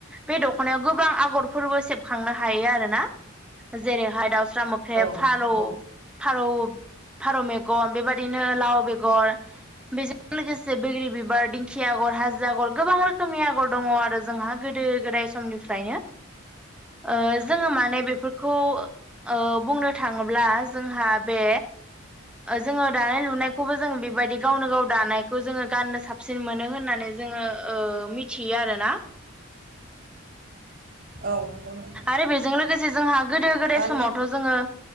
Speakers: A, in the centre; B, on the right.
A: बे दख'नायाव गोबां आगरफोरबो सेबखांनो हायो आरो ना? जेरैहाय दाउस्रा मोख्रेब
B: औ
A: फारौ
B: नंगौ
A: -फारौ फारौ मेगन बेबायदिनो लाव बेगर बेजों लोगोसे बैग्रि बिबार दिंखि आगर हाजो आगर गोबां रोखोमनि आगर दङ आरो जोंहा गोदो -गोदाय समनिफ्रायनो ओ जोङो माने बेफोरखौ ओ बुंनो थाङोब्ला जोंहा बे ओ जोङो दानाय लुनायखौबो जों बेबायदि गावनो गाव दानायखौ जोङो गाननो साबसिन मोनो होननानै जोङो ओ मिथियो आरोना।
B: औ नंगौ नोंथां।
A: आरो बेजों लोगोसे जोंहा गोदो गोदाय
B: दानिया
A: समावथ' जोङो